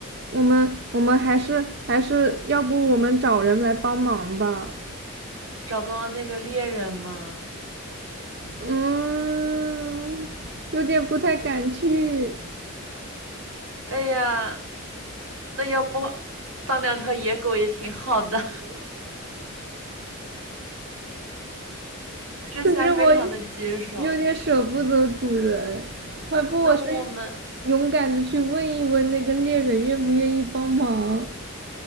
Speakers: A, on the right; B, on the right.
A: 我们我们还是还是要不我们找人来帮忙吧？
B: 找刚刚那个猎人吗？
A: 嗯，有点不太敢去。
B: 哎呀，那要不当两条野狗也挺好的。这下非常的棘手。
A: 可是我有点舍不得主人，要不我是
B: 那我们，
A: 勇敢的去问一问那个猎人愿不愿意帮忙，